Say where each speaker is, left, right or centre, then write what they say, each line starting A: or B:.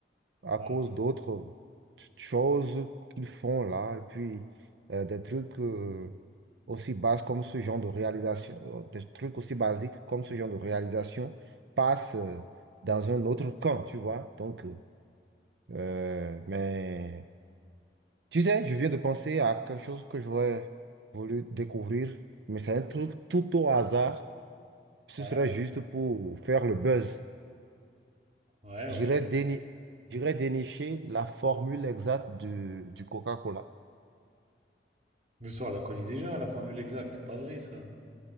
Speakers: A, on the right; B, on the right.
A: à
B: Ah,
A: cause d'autres choses qu'ils font là, et puis euh, des trucs euh, aussi bas comme ce genre de réalisation, euh, des trucs aussi basiques comme ce genre de réalisation passent euh, dans un autre camp, tu vois. Donc, euh, mais tu sais, je viens de penser à quelque chose que j'aurais voulu découvrir, mais c'est un truc tout au hasard. Ce
B: ouais,
A: serait juste pour faire le buzz.
B: ouais,
A: J'irais
B: ok.
A: déni- j'irais dénicher la formule exacte du du Coca-Cola.
B: Mais ça, on la connaît déjà, la formule exacte, c'est pas vrai ça.